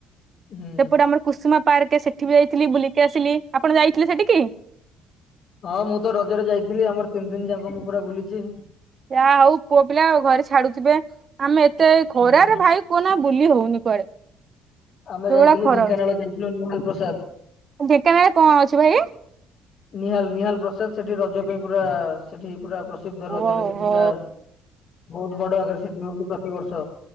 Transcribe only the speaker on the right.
ସେପଟେ ଆମର କୁସୁମ ପାର୍କ, ସେଠି ବି ଯାଇଥିଲି ବୁଲିକି ଆସିଲି। ଆପଣ ଯାଇଥିଲେ ସେଠିକି?
ଯା ହଉ ପୁଅ ପିଲା ଆଉ ଘରେ ଛାଡୁଥିବେ। ଆମେ ଏତେ ଆଉ ଖରାରେ
ଭାଇ କୁହନା ବୁଲି ହଉନି କୁଆଡେ?
ଯୋଉ
ଭଳିଆ ଖରା
ହଉଛି,
ଢେଙ୍କାନାଳରେ କଣ ଅଛି ଭାଇ?
ଓହୋ